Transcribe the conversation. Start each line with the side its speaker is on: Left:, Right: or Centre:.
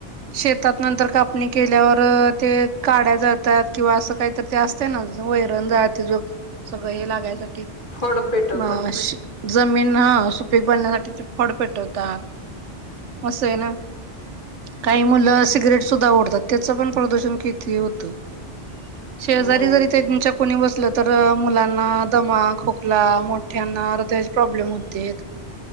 Right: शेतात नंतर कापणी केल्यावर ते काड्या जातात किंवा असं काहीत ते असते ना वैरण जे ज सगळं हे लागयसाठी
Left: फड पेटवतात
Right: मश जमीन हा सुपीक बनण्यासाठी फड पेटवतात असं आहे ना. काही
Left: हम्म
Right: मुलं सिगरेट सुद्धा ओढतात त्याच पण प्रदूषण किती होतं. शेजारी
Left: हो
Right: जरीच्या कोणी बसलं तर मुलांना दमा खोकला मोठ्यांना हर्दयाचे प्रॉब्लेम होते.